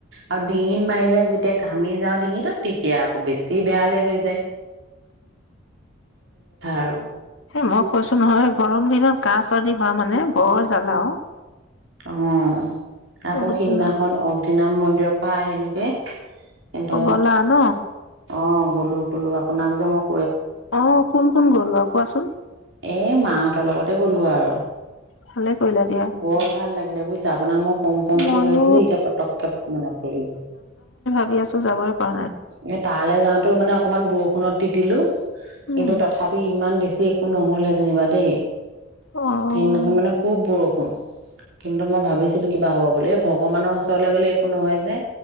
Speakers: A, on the right; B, on the left.
A: আৰু ডিঙিত মাৰিলে যেতিয়া ঘামি যাওঁ ডিঙিটোত তেতিয়া আকৌ বেছি বেয়ালে হৈ যায় যে আৰু
B: এ মই কৈছো নহয় গৰম দিনত কাজ <unintelligible> হোৱা মানে বৰ জ্বালাও
A: অ', আকৌ
B: বহুত
A: সিদিনাখন
B: জ্বালা
A: অগ্নিনাভ মন্দিৰৰ পৰা আহিলো। এ'। কিন্তু
B: অ গ'লা ন
A: অ', গ'লো গ'লো আপোনাক <unintelligible>
B: অ', কোন কোন গলক? কোৱাচোন।
A: এ, মাহঁতৰ লগতে গ'লো আৰু।
B: ভালে। কৰিলা দিয়া।
A: বৰ ভাল লাগিলে বুজিছা, আপোনাক মই কম কম
B: ময়ো
A: বুলি ভাবিছিলো এতিয়া পতককে মনত পৰিলো।
B: কৈ আছো যাবৰ কাৰণে
A: এ, তালৈ যাওঁতে মানে অকমান বৰষুণত তিতিলো।
B: উম
A: কিন্তু তথাপি ইমান বেছি একো নহ'লে যেনিবা দেই।
B: অ উম
A: সেইদিনাখন মানে খুব বৰষুণ। হম। কিন্তু মই ভাবিছিলো কিবা হ'ব বুলি। ভগৱানৰ ওচৰলৈ গ'লে একো নহয় যে।